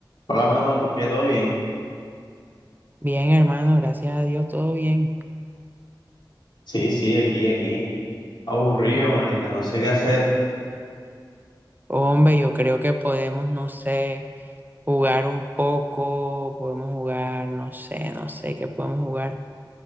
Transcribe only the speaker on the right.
Bien, hermano, gracias a Dios, todo bien.
Mm.
Hombre, yo creo que podemos, no sé, jugar un poco, podemos jugar, no sé, no sé qué podemos jugar.